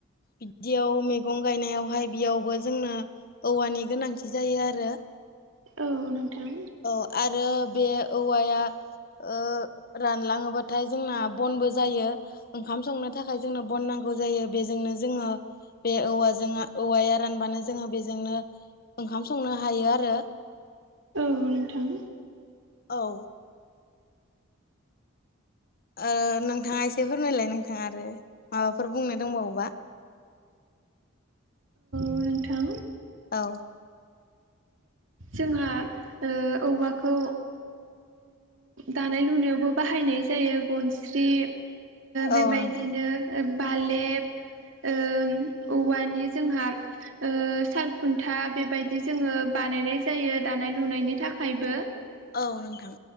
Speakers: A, on the left; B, on the right.
A: बिदियाव मैगं गायनायावहाय बेयावबो जोंनो औवानि गोनांथि जायो आरो।
B: औ औ नोंथां।
A: औ आरो बे औवाया ओ रानलाङोबाथाय जोंना बनबो जायो। ओंखाम संनो थाखाय जोंनो बन नांगौ जायो। बेजोंनो जोङो बे औवाजों औवाया रानबानो जोङो बेजोंनो ओंखाम संनो हायो आरो।
B: औ नोंथां।
A: औ! ओ नोंथाङा एसे फोरमायलाय नोंथाङा आरो माबाफोर बुंनो दंबावोबा?
B: औ नोंथां।
A: औ!
B: जोंहा ओ औवाखौ दानाय लुनायावबो बाहायनाय जायो। गनस्रि बेबायदिनो
A: औ नोंथां
B: बालेब ओ औवानि जोंहा ओ सालखुन्था बेबायदि जोङो बानायनाय जायो दानाय लुनायनि थाखायबो।
A: औ नोंथां।